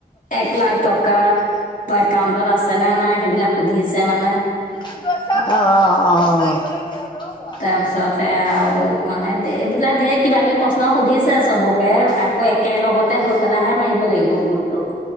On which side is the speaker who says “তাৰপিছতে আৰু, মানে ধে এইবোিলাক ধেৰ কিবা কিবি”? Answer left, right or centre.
Left